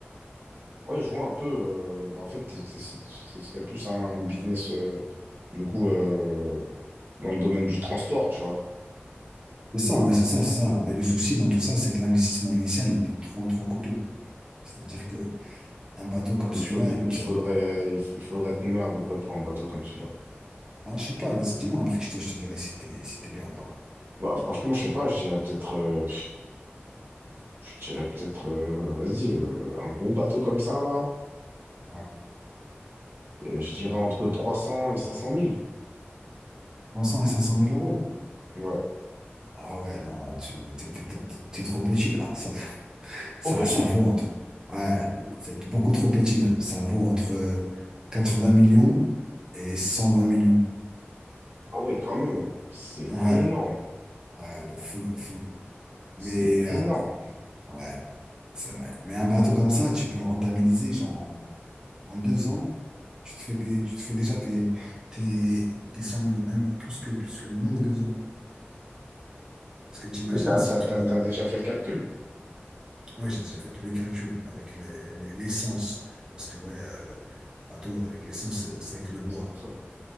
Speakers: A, on the right; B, on the right.
A: Ouais, je vois un peu. euh, bah, en fait, t'es- c'est- c'est- ce serait plus un business, euh, du coup, euh, dans le domaine du transport, tu vois.
B: C'est ça, ouais, c'est ça, c'est ça. Mais le souci dans tout ça, c'est que l'investissement initial, il est trop, trop coûteux. C'est-à-dire que un bateau comme
A: Il
B: celui-là,
A: te faut, il,
B: il-
A: il
B: ça-
A: faudrait, il, f- il faudrait combien à peu près pour un bateau comme celui-là?
B: ah, je sais pas, vas-y, dis-moi un prix, je te, je te dirai si t'es, si t'es bien ou pas.
A: Bah, franchement, je sais pas. Je dirais peut-être, euh, je dirais peut-être, euh, vas-y, euh, un gros bateau comme ça là.
B: Ouais.
A: euh, je dirais entre 300 et 500 mille.
B: 300 et 500 mille euros.
A: Ouais.
B: Ah ouais, non, là, tu, t'es, t'es- t'es- t'es trop petit, là. Ça,
A: Au petit.
B: ça vaut entre, ouais, c'est beaucoup trop petit même. Ça vaut entre 80 millions et 120 millions.
A: Ah ouais, quand même. C'est
B: Ouais,
A: énorme.
B: ouais, de fou, de fou. Mais,
A: C'est énorme.
B: euh, ouais, c'est vrai. Mais un bateau comme ça, tu peux le rentabiliser, genre, en, en deux ans, tu te fais tes- tu te fais déjà tes, tes, tes 100 millions, même plus que, plus, que- moins que deux ans. Parce que tu imagines
A: Et t'as,
B: si
A: t'as,
B: tout,
A: t'as, t'as déjà fait le calcul?
B: ouais, j'ai déjà fait tous les calculs avec les- les- l'essence. Parce que, ouais, euh, un bateau avec l'essence, euh, ça va être le bois.
A: que Ça consomme.